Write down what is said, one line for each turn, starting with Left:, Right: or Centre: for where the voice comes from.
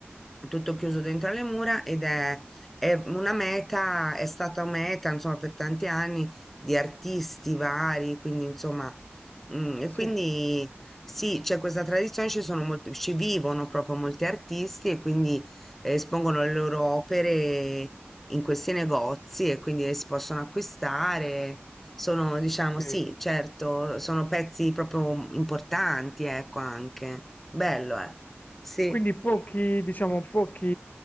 Centre: tutto chiuso dentro alle mura ed è, è una meta, è stata meta, insomma, per tanti anni di artisti vari, quindi, insomma, mm, e
Left: Sì,
Centre: quindi... Sì, c'è questa tradizione, ci sono molti, ci vivono proprio molti artisti e quindi eh, espongono le loro opere in questi negozi e quindi si possono acquistare. Sono, diciamo,
Left: ok.
Centre: sì, certo, sono pezzi proprio importanti, ecco, anche. Bello, eh. Sì.
Left: Quindi pochi, diciamo, pochi,